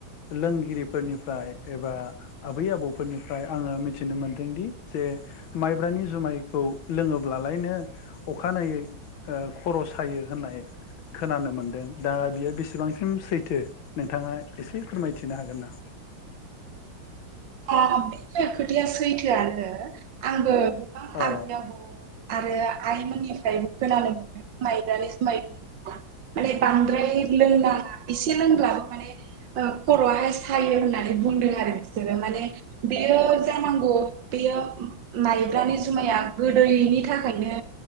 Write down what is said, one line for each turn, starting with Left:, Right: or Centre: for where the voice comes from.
Left: लोंगिरिफोरनिफ्राय एबा आबै आबौफोरनिफ्राय आङो मिथिनो मोनदोंदि जे माइब्रानि जुमायखौ लोङोब्लालायनो अखानायै ओ खर' सायो होननाय खोनानो मोनदों दा बियो बेसेबांसिम सैथो नोंथाङा एसे फोरमायथिनो हागोन ना
Right: बे खोथाया सैथोआनो आंबो गोबां
Left: अ
Right: आबै आबौ आरो आइमोननिफ्रायबो खोनानो मोनो माइब्रानो जुमाइ लोंब्ला माने बांद्राय लोंनाङा एसे लोंब्लाबो माने खर'आहाय सायो होननानै बुंदों आरो बिसोरो माने बेयो जानांगौ बेयो माइब्रानि जुमाया गोदैनि थाखायनो